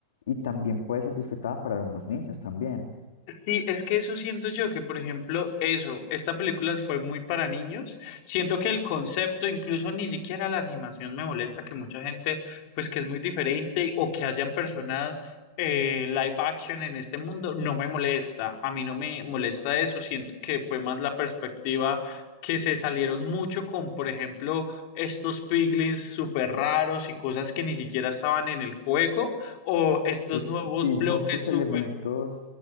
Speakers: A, on the left (about 70°); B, on the left (about 55°).
A: y también puede ser disfrutada para algunos niños también.
B: Sí, es que eso siento yo, que por ejemplo, eso, esta película fue muy para niños. Siento que el concepto, incluso ni siquiera la animación me molesta, que mucha gente, pues que es muy diferente o que hayan personas eh, live action en este mundo, no me molesta. A mí no me molesta eso, siento que fue más la perspectiva que se salieron mucho con, por ejemplo, estos piglins súper raros y cosas que ni siquiera estaban en el juego o estos
A: Es
B: nuevos
A: que sí,
B: bloques
A: muchos
B: súper...
A: elementos